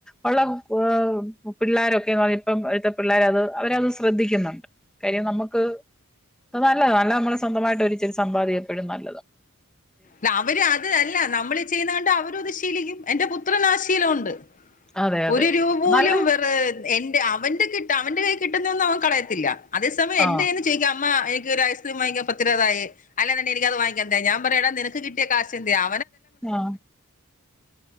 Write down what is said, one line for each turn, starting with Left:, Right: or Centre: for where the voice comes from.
Centre: ഉള്ള <unintelligible> പിള്ളോരൊക്കെന്ന് പറഞ്ഞ ഇപ്പം ഴത്തെ പിള്ളേര് അത് അവരത് ശ്രദ്ധിക്കുന്നുണ്ട് കാര്യം നമക്ക് അത് നല്ലത നല്ല നമ്മള് സ്വന്തമായിട്ടൊരു <unintelligible> സമ്പാദ്യ എപ്പഴും നല്ലത.
Left: ല്ല അവര് അത് അല്ല നമ്മള് ചെയ്യുന്നകണ്ട് അവരും അത് ശീലിക്കും എന്റെ പുത്രനാശി ക്കിനോണ്ട്.
Centre: അതെ അതെ
Left: ഒരു രൂപോലും
Centre: നല്ല
Left: വെറ് എന്റെ അവന്റെ കിട്ട് അവന്റെ കൈ കിട്ടുന്നയൊന്നും അവൻ കളയത്തില്ല. അതേസമയം എന്റെന്ന്
Centre: ആഹ്
Left: ചോയിക്കും അമ്മ എനിക്കൊരു ഐസ്ക്രീം വാങ്ങിക്കാ പത്തുരൂപ തായേ അല്ലേ വേണ്ട എനിക്കത് വാങ്ങിക്കണ്ട ഞാൻ പറഞ്ഞെടാ നിനക്ക് നക്ക് കിട്ടിയ കാശെന്തെയാ.
Centre: ആ